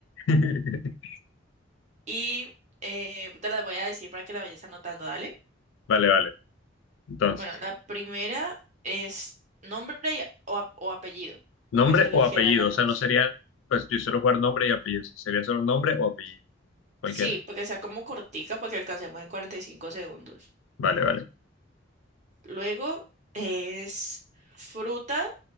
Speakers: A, on the left (about 80°); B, on the right (about 40°).
A: <laughs>
B: y eh, te las voy a decir para que la vayas anotando, dale.
A: Vale, vale. Entonces,
B: Bueno, la primera es nombre y- o, ap- o apellido,
A: nombre
B: puede ser cualquiera
A: o apellido,
B: de las
A: o sea,
B: dos.
A: no sería, pues yo suelo jugar nombre y apellido, sería solo nombre o apellido, cualquiera.
B: Sí, porque sea como cortica, porque alcancemos en 45 segundos.
A: Vale, vale.
B: Luego es fruta